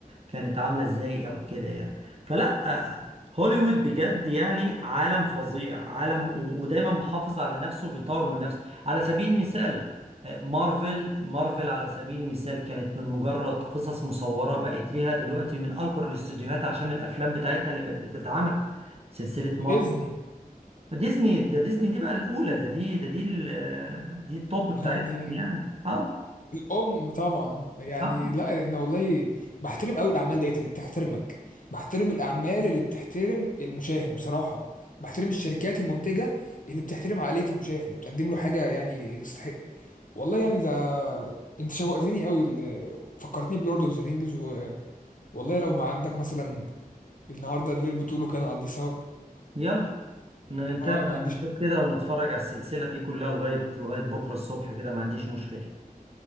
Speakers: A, on the right; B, on the left.
A: كانت عاملة ازاي او كده يعني فلا آه، هوليوود بجد يعني عالم فظيع عالم و- ودايما محافظ على نفسه بيطور من نفسه على سبيل المثال مارفل مارفل على سبيل المثال كانت من مجرد قصص مصورة بقت ليها دلوقتي من أكبر الاستديوهات عشان الأفلام بتاعتها اللي بقت بتتعمل سلسلة
B: وديزني
A: مارفل ديزني ده ديزني دي بقى الأولى ده دي ده دي ال- دي التوب
B: يعني
A: بتاعتهم يعني اه
B: الام طبعا يعني
A: اه
B: لا احنا والله بحترم قوي الاعمال ديت اللي بتحترمك بحترم الاعمال اللي بتحترم المشاهد بصراحه بحترم الشركات المنتجه اللي بتحترم عقليه المشاهد وبتقدم له حاجه يعني تستحق والله يعني ده انت شوقتني قوي ال- فكرتني بلورد اوف ذا رينجز و... والله لو ما عندك مثلا النهارده الليل بتقوله كان اقضيه سوا
A: يلا نتابع
B: ما عنديش
A: نشوف كده ونتفرج على السلسلة دي كلها لغاية لغاية بكرة الصبح كده ما عنديش مشكلة